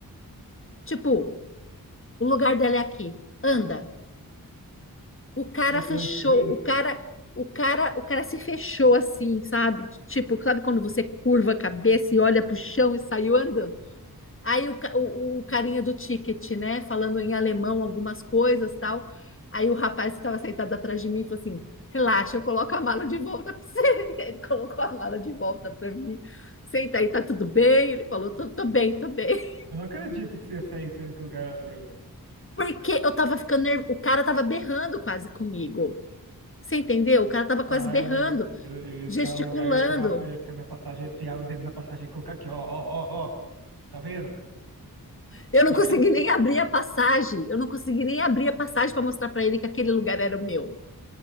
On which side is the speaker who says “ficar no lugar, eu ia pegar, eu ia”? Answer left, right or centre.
Right